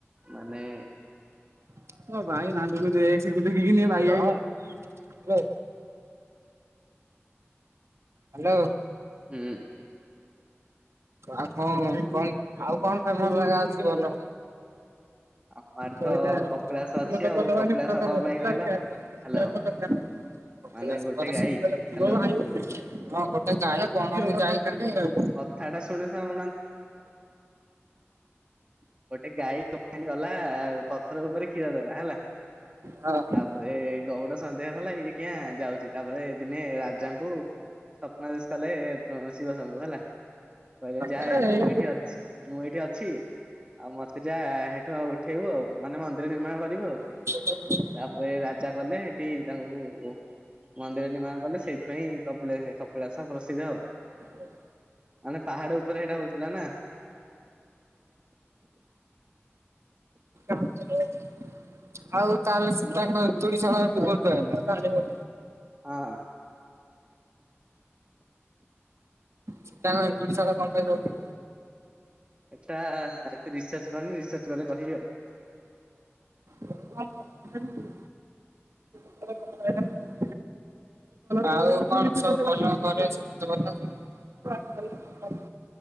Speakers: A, on the right (about 25°); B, on the right (about 80°).
A: ମାନେ
B: <unintelligible> ହ୍ୟାଲୋ?
A: ହୁଁ।
B: ଆଉ କଣ କଣ ଆଉ କଣ ଫେମସ୍ ଜାଗା ଅଛି ଭଲ?
A: ଆମ ଆଡେ
B: କୋଇିଲ
A: ତ
B: ତୁ
A: କପିଳାସ ଅଛି
B: ମୋ ତ
A: ଆଉ
B: ବଲ
A: କପିଳାସ
B: ମୁଁ ତ ତ
A: କଣ
B: ବଲ
A: ପାଇଁ କହିଲ
B: ଚାଲ
A: ହ୍ୟାଲୋ
B: <unintelligible>
A: ମାନେ ଗୋଟେ ଗାଈ ହ୍ୟାଲୋ
B: ହଁ ଗୋଟେ ଗାଈ <unintelligible> କଣକୁ ଯାଇଥି
A: କଥାଟା ଶୁଣି ସାରୁ <unintelligible> ଗୋଟେ ଗାଈ କୀ <unintelligible> ଗଲା ଆଉ ପଥର ଉପରେ କ୍ଷୀର ଦେଲା ହେଲା
B: ହଁ।
A: ତାପରେ ଗଉଡ଼ ସନ୍ଧ୍ୟା ହେଲା ଇଏ କିଆଁ ଯାଉଛି ତାପରେ ଦିନେ ରାଜାଙ୍କୁ ସ୍ୱପ୍ନାଦେଶ କଲେ ଶିବଶମ୍ଭୁ ହେ କହିଲେ ଯାଏ
B: ଆରେ
A: ମୁଁ
B: ଏଇ
A: ଏଇଠି ଅଛି ମୁଁ ଏଇଠି ଅଛି ଆଉ ମତେ ଯା ସେଇଠୁ ଆଉ ଉଠେଇବୁ ଆଉ ମାନେ ମନ୍ଦିର ନିର୍ମାଣ କରିବୁ ଆଉ।
B: <unintelligible>
A: ତାପରେ ରାଜା ଗଲେ ହେଠି ତାଙ୍କୁ ମନ୍ଦିର ନିର୍ମାଣ କଲେ ସେଇଥିପାଇଁ କପିଳା କପିଳାସ ପ୍ରସିଦ୍ଧ ଆଉ।
B: ବଝିଲ?
A: ମାନେ ପାହାଡ଼ ଉପରେ ସେଇଟା ହଉଥିଲା ନା।
B: <unintelligible> ଆଉ ତାହେଲେ ସୀତାଙ୍କ ଏନ୍ତୁଡ଼ିସାଳ ହେଠୁ କୋଉଠି ଆସିଲା?
A: ହଁ।
B: ସୀତାଙ୍କ ଏନ୍ତୁଡ଼ିସାଳ କଣ ପାଇଁ କହୁଛ
A: ଏଟା ଏତେ ରିସର୍ଚ୍ଚ କରନି ରିସର୍ଚ୍ଚ କଲେ କହିବି ଆଉ।
B: <unintelligible> <unintelligible> ଆଉ କଣ ସବୁ ଭଲ ଘରେ ସମସ୍ତେ ଭଲ ଅଛ